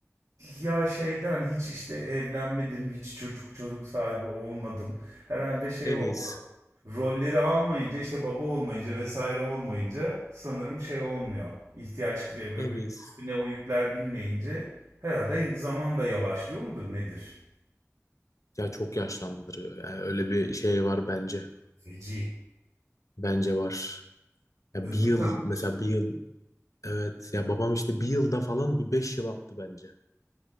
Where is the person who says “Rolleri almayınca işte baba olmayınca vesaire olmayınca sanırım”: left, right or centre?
Right